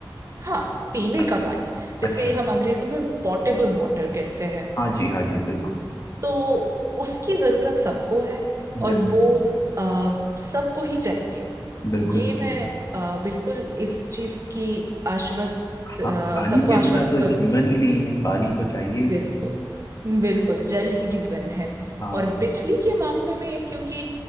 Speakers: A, on the right; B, on the left.
A: हाँ पीने
B: अच्छा
A: का पानी जिसे
B: अच्छा
A: हम अंग्रेजी में पॉटेबल वाटर कहते हैं
B: हाँ जी हाँ जी बिल्कुल
A: तो उसकी जरूरत सबको है
B: बिल्कुल
A: और वो आ, सबको ही चाहिए
B: बिल्कुल
A: ये
B: सही।
A: मैं अ, बिल्कुल इस चीज की आश्वस्त
B: हाँ
A: अ,
B: पानी
A: सबको
B: के
A: आश्वस्त
B: बिना तो
A: करूंगी
B: जीवन ही नहीं है पानी तो चाहिए ही चाहिए
A: बिल्कुल बिल्कुल जल ही जीवन है
B: हाँ
A: और बिजली के मामले में क्योंकि